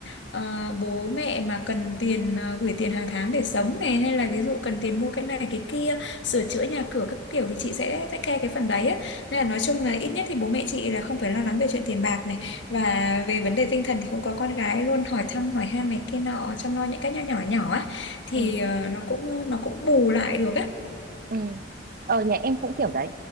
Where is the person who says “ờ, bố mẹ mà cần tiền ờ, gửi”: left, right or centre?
Left